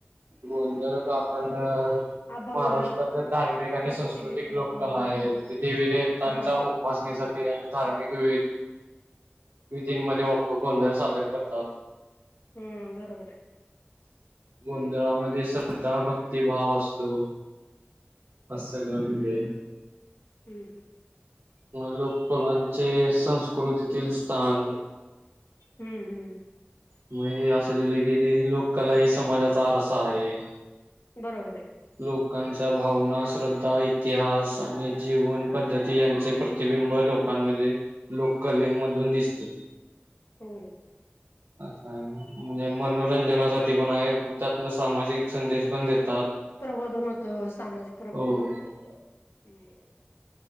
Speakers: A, on the right; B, on the left.
A: गोंधळच आपण
B: अभंग
A: महाराष्ट्रातील धार्मिक आणि
B: भक्तिगीत
A: सांस्कृतिक लोककला
B: भावगीत
A: आहे देवी देवतांच्या
B: हा
A: उपासनेसाठी आणि धार्मिक विविध विधीमध्ये गोंधळ सादर करतात
B: हम्म बरोबर आहे.
A: गोंधळामध्ये श्रद्धा भक्तीभाव असतो. असलल <unintelligible>
B: हम्म हम्म.
A: म लोककलांचे संस्कृतीतील स्थान
B: हम्म हम्म.
A: म्हणजे असं लिहिलं की लोककला ही समाजाचा आरसा आहे.
B: बरोबर आहे.
A: त लोकां भावना श्रद्धा इतिहास आणि जीवन पद्धती यांचे प्रतिबिंब लोकांमध्ये लोककले मधून दिसते.
B: हो.
A: अस आहे म्हणजे मनोरंजनासाठी पण आहे त्यातन सामाजिक संदेश पण देतात.
B: प्रबोधन होतं सामाजिक प्रबोधन
A: हो
B: होतं त्याच्यावर हम्म.